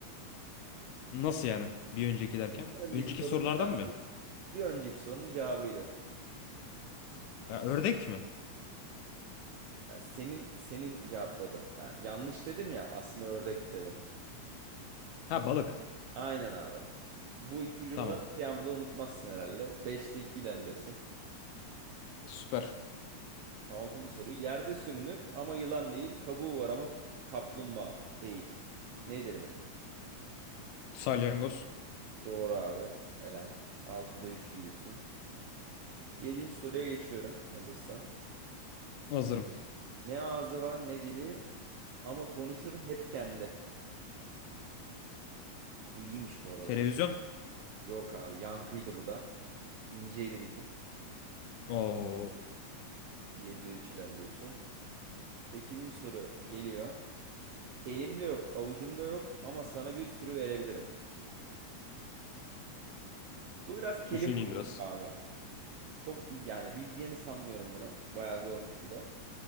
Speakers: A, on the left; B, on the right.
A: nasıl yani? Bir önceki derken.
B: Bir önceki
A: Önceki
B: sorunun
A: sorulardan
B: cevabıydı.
A: mı?
B: Bir önceki sorunun cevabıydı.
A: Ya, ördek mi?
B: Ya Senin senin cevapladın. Ya yanlış dedim ya aslında ördek dedim.
A: Ha balık.
B: Aynen abi. Bu ipucumu
A: Tamam.
B: da kıyamı da unutmazsın herhalde. 5'te 2 ilerliyorsun.
A: Süper.
B: Altıncı soru. Yerde sürünür ama yılan değil. Kabuğu var ama kup- kaplumbağa değil. Nedir bu?
A: Salyangoz.
B: Doğru abi. Helal. Altıda 3 gidiyorsun. Yedinci soruya geçiyorum hazırsan.
A: Hazırım.
B: Ne ağzı var ne dili ama konuşur hep kendi. Bu iyiymiş bu arada
A: Televizyon.
B: ya. Yok abi yankıydı bu da. İnceydi bir tık.
A: Oo.
B: 7'de 3 ilerliyorsun. Sekizinci soru geliyor. Elimde yok, avucumda yok ama sana bir sürü verebilirim. Bu biraz kelime
A: Düşüneyim
B: oyunu
A: biraz.
B: gibi abi. Çok bir yani bileceğini sanmıyorum bunu. Bayağı zormuş bu da.